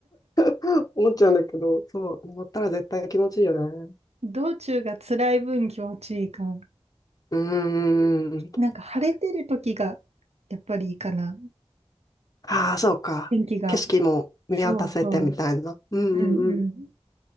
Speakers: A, on the left; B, on the right.
A: <laughs> 思っちゃうんだけど、そう、登ったら絶対気持ちいいよね。
B: 道中が辛い分気持ちいいかな。
A: うーん。
B: なんか晴れてる時がやっぱりいいかな。
A: ああ、そうか。
B: 天気が。
A: 景色も見渡せてみたいな。
B: そうそ
A: うんうんうん。
B: う。うんん。うん。